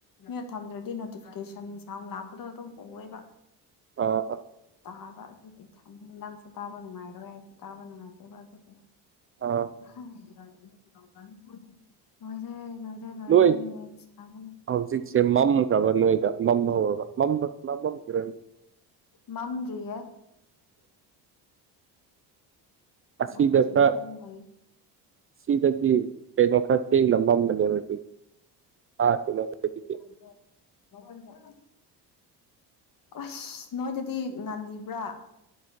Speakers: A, on the left; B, on the right.
A: ꯃꯤꯎꯠ ꯊꯝꯗ꯭ꯔꯗꯤ ꯅꯣꯇꯤꯐꯤꯀꯦꯁꯟ ꯌꯝ ꯂꯥꯛꯄꯗꯣ ꯑꯗꯨꯝ ꯎꯋꯦꯕ
B: ꯑꯥ
A: ꯇꯥꯕ ꯑꯗꯨꯗꯤ ꯊꯝꯃꯦ ꯅꯪꯁꯨ ꯇꯥꯕ ꯅꯨꯡꯉꯥꯏꯔꯣꯏ ꯑꯩꯁꯨ ꯇꯥꯕ ꯅꯨꯡꯉꯥꯏꯇꯦꯕ ꯑꯗꯨꯒꯤ
B: ꯑꯥ
A: ꯍꯥꯏ ꯂꯣꯏꯖꯔꯦ ꯂꯣꯏ
B: ꯅꯣꯏ
A: ꯂꯣꯏꯔꯦ ꯁꯥꯕꯅ
B: ꯍꯧꯖꯤꯛꯁꯦ ꯃꯝꯈ꯭ꯔꯕ ꯅꯣꯏꯗ ꯃꯝꯕ ꯍꯧꯔꯕ ꯃꯝꯕ ꯃꯝꯃꯝꯈꯤꯔꯣꯏ
A: ꯃꯝꯗꯔ꯭ꯤꯌꯦ ꯃꯝꯗ꯭ꯔꯤꯌꯦ
B: ꯑꯁꯤꯗ ꯈꯔ
A: ꯑꯗꯨꯝ ꯂꯩ
B: ꯁꯤꯗꯗꯤ ꯀꯩꯅꯣ ꯈꯔ ꯊꯦꯡꯅ ꯃꯝꯕꯅꯤ <unintelligible>
A: <inaudible> <inaudible> ꯑꯁ ꯅꯣꯏꯗꯗꯤ ꯉꯜꯂꯤꯕ꯭ꯔꯥ